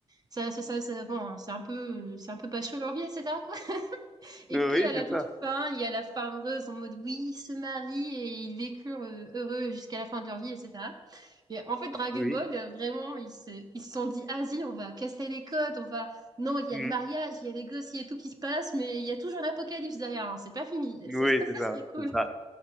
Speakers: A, on the right (about 35°); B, in the centre.
A: ça, ça, ça, ça- bon, hein, c'est un peu, c'est un peu pas chaud leur vie, etc., quoi. <laughs> Et
B: Oui,
A: puis, à la
B: c'est
A: toute
B: ça.
A: fin, il y a la fin heureuse en mode, oui, ils se marient et ils vécurent euh, heureux jusqu'à la fin de leur vie, etc. Mais en fait, Dragon
B: Oui.
A: Ball, euh, vraiment, ils se, ils se sont dit, ah si, on va casser les codes, on va... Non, il y
B: Mmh.
A: a le mariage, il y a les gosses, il y a tout qui se passe, mais il y a toujours l'apocalypse derrière, hein, c'est pas fini.
B: Oui,
A: <laughs> Ça,
B: c'est ça,
A: c'est cool.
B: c'est ça.